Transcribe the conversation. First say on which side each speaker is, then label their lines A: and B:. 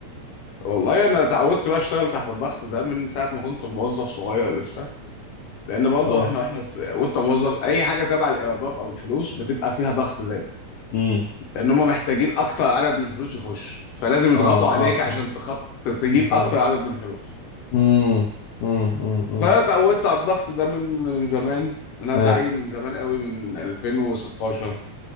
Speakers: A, on the left (about 70°); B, on the left (about 85°).
A: والله انا اتعودت بقى اشتغل تحت الضغط ده من ساعه ما كنت موظف صغير لسه لان برضه
B: اه
A: احنا واحنا في- وانت موظف اي حاجه تبع الايرادات او الفلوس بتبقى فيها ضغط دايما
B: امم
A: لان هم محتاجين اكتر عدد من الفلوس يخش فلازم يضغطوا
B: اه
A: عليك
B: اه
A: عشان
B: اه
A: تخط تجيب
B: انت تعرف
A: اكتر عدد من الفلوس
B: امم امم امم
A: فانا اتعودت على الضغط ده من من زمان انا متعين
B: اي
A: من زمان قوي من 2016